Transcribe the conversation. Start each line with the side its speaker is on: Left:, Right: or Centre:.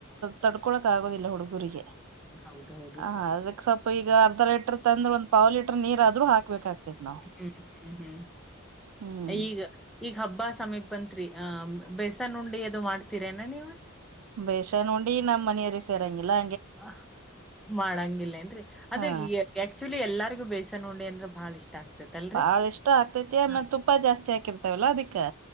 Right: ತಡ್ಕೊಳಕ್ ಆಗುದಿಲ್ಲ ಹುಡುಗುರಿಗೆ
Centre: ಹೌದೌದು
Right: ಹ ಅದಕ್ಕೆ ಸ್ವಪ ಈಗ ಅರ್ಧ ಲೀಟರ್ ತಂದ್ರ ಒಂದ್ ಪಾವ ಲೀಟರ್ ನೀರ್ ಆದ್ರೂ ಹಾಕ್ಬೇಕಾಗ್ತತ್ ನಾವ್
Centre: ಹ್ಮ್ ಹ್ಮ್ ಹ್ಮ್
Right: ಹ್ಮ್
Centre: ಈಗ ಈಗ ಹಬ್ಬ ಸಮೀಪ ಬಂತ್ರಿ ಆ ಬೇಸನ ಉಂಡಿ ಅದು ಮಾಡ್ತೀರೇನಾ ನೀವು
Right: ಬೇಸನ್ ಉಂಡಿ ನಮ್ಮ್ ಮನೆಯವರಿಗೆ ಸೇರಂಗಿಲ್ಲಾ.
Centre: ಅ ಮಾಡಂಗಿಲ್ಲೇನ್ರಿ ಅದ
Right: ಹಾ
Centre: ಎ ಆಕ್ಚುಲಿ ಎಲ್ಲರಿಗೂ ಬೇಸನ್ ಉಂಡಿ ಅಂದ್ರ ಬಹಳ ಇಷ್ಟ. ಆಗ್ತೇತಲ್ರಿ?
Right: ಬಾಳ ಇಷ್ಟ ಆಗ್ತೈತಿ ಆಮೇಲೆ
Centre: ಹಾ.
Right: ತುಪ್ಪ ಜಾಸ್ತಿ ಹಾಕಿರ್ತಿ ಲ್ಲ ಅದಕ್ಕೆ